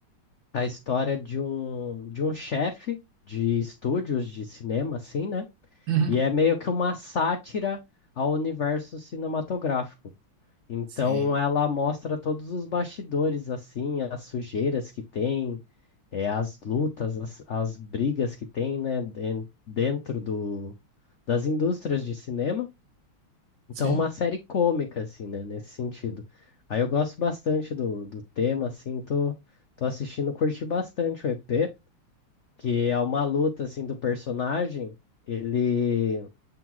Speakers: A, on the left (about 85°); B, on the right (about 65°).
A: a história de um, de um chefe de estúdios de cinema, assim, né?
B: Uhum.
A: E é meio que uma sátira ao universo cinematográfico. Então,
B: Sim.
A: ela mostra todos os bastidores, assim, as sujeiras que tem, eh, as lutas, as, as brigas que tem, né, den- dentro do, das indústrias de cinema. Então,
B: Sim.
A: uma série cômica, assim, né, nesse sentido. Aí eu gosto bastante do, do tema, assim, tô, tô assistindo, curti bastante o EP que é uma luta assim do personagem. Ele,